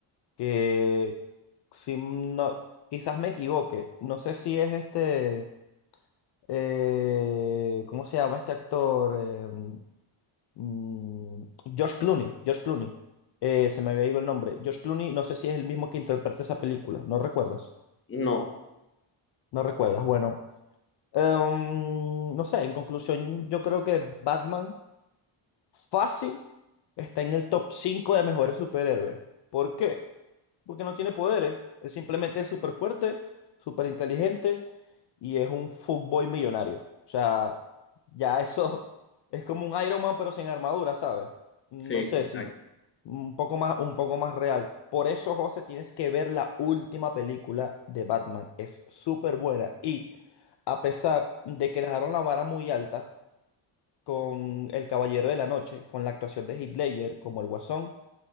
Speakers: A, on the left (about 55°); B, on the left (about 25°).
A: que si no, quizás me equivoque, no sé si es este, eh, ¿cómo se llama este actor? Eh, mm, George Clooney, George Clooney. Eh, se me había ido el nombre. George Clooney, no sé si es el mismo que interpreta esa película, ¿no recuerdas?
B: No,
A: ¿No recuerdas? Bueno. Em, no sé, en conclusión, yo creo que Batman. Fácil está en el top 5 de mejores superhéroes. ¿Por qué? Porque no tiene poderes. Él simplemente es súper fuerte, súper inteligente y es un fuckboy millonario. O sea, ya eso <laughs> es como un Iron Man pero sin armadura, ¿sabes? No
B: sí,
A: sé,
B: sí, exacto.
A: si un poco más, un poco más real. Por eso, José, tienes que ver la última película de Batman. Es súper buena y a pesar de que dejaron la vara muy alta, con El Caballero de la Noche, con la actuación de Heath Ledger como el Guasón.